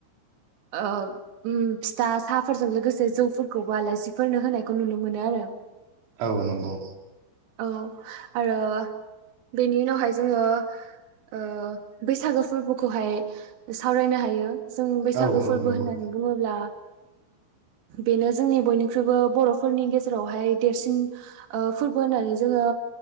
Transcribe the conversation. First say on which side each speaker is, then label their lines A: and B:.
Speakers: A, on the right; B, on the right.
A: ओ फिथा साहाफोरजों लोगोसे जौफोरखौबो आलासिफोरनो होनायखौ नुनो मोनो आरो।
B: औ नंगौ।
A: औ आरो बेनि उनावहाय जोङो ओ बैसागो फोरबोखौहाय सावरायनो हायो जों बैसागो
B: औ औ
A: फोरबो
B: नंगौ
A: होननानै बुङोब्ला बेनो जोंनि बयनिख्रुइबो बर'फोरनि गेजेरावहाय देरसिन ओ फोरबो होननानै जोङो